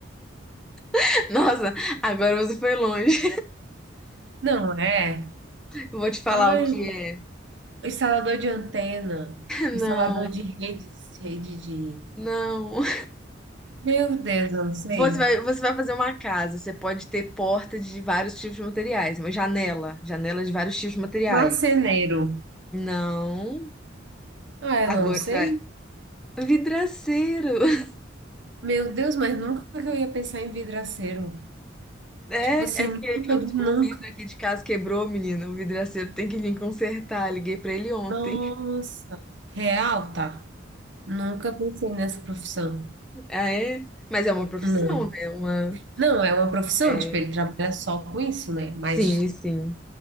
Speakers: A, in the centre; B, on the right (about 65°).
A: <laughs> Nossa, agora você foi longe.
B: Não é.
A: <laughs> Eu Vou te falar
B: Ai,
A: o que é.
B: instalador de antena,
A: Não,
B: instalador de redes. rede de.
A: não.
B: Meu Deus, eu não sei.
A: Você vai, você vai fazer uma casa, você pode ter porta de vários tipos de materiais, uma janela, janela de vários tipos de materiais.
B: Marceneiro.
A: Não.
B: Ah,
A: Agora
B: eu não sei.
A: você vai. Vidraceiro! <laughs>
B: Meu Deus, mas nunca que eu ia pensar em vidraceiro.
A: É,
B: Tipo assim,
A: é porque
B: nunca
A: eu-
B: de nunca.
A: o vidro aqui de casa quebrou, menina. O vidraceiro tem que vir consertar. Liguei pra ele ontem.
B: Nossa, real, tá? Nunca pensei nessa profissão.
A: Ah, é? Mas é uma profissão,
B: Não.
A: né? Uma.
B: Não, é uma profissão,
A: é,
B: tipo, ele trabalha só com isso, né? Mas
A: Sim, sim.